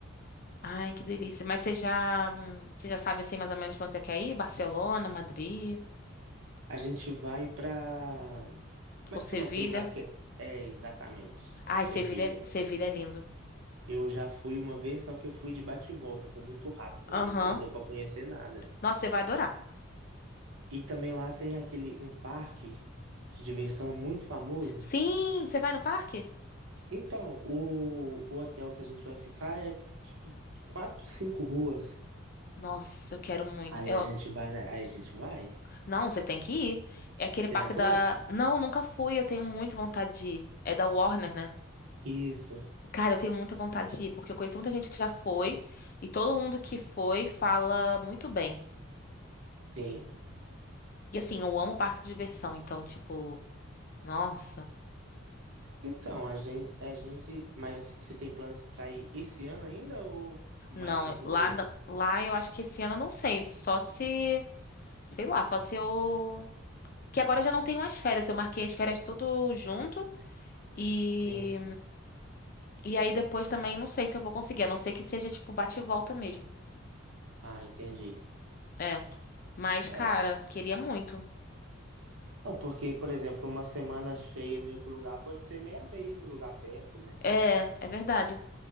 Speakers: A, on the left; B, on the right.
A: Ai, que delícia. Mas você já, hum, você já sabe assim mais ou menos pra onde você quer ir? Barcelona, Madrid
B: A gente vai pra Como
A: ou
B: é que
A: Sevilha?
B: chama aquele lugar que é É, exatamente
A: Ai, Sevilha,
B: Sevilha?
A: é- Sevilha é lindo.
B: Eu já fui uma vez, só que eu fui de bate e volta, foi muito rápido,
A: Aham.
B: né? Então não deu pra conhecer nada.
A: Nossa, você vai adorar.
B: E também lá tem aquele um parque de diversão muito famoso.
A: Sim, você vai no parque?
B: Então, o, o hotel que a gente vai ficar é tipo quatro, cinco ruas.
A: Nossa, eu quero muito.
B: Aí
A: Eu...
B: a gente vai, na- aí a gente vai.
A: Não, você tem que ir. É aquele
B: Você
A: parque
B: já foi?
A: da. Não, nunca fui. Eu tenho muita vontade de ir. É da Warner, né?
B: Isso,
A: Cara, eu tenho muita vontade de ir, porque eu conheço muita gente que já foi e todo mundo que foi fala muito bem.
B: sim.
A: E assim, eu amo parque de diversão, então, tipo, nossa.
B: Então, a gente, a gente, mas você tem planos pra ir esse ano ainda ou mais
A: Não,
B: pro futuro?
A: lá, n- lá eu acho que esse ano eu não sei. Só se, sei lá, só se eu. Que agora eu já não tenho mais férias. Eu marquei as férias tudo junto e.
B: Sim.
A: E aí depois também não sei se eu vou conseguir, a não ser que seja, tipo, bate e volta mesmo.
B: Ah, entendi.
A: É. Mas,
B: É.
A: cara, queria muito.
B: Não, porque, por exemplo, uma semana cheia em outro lugar pode ser meio a meio no lugar perto, né?
A: É, é verdade.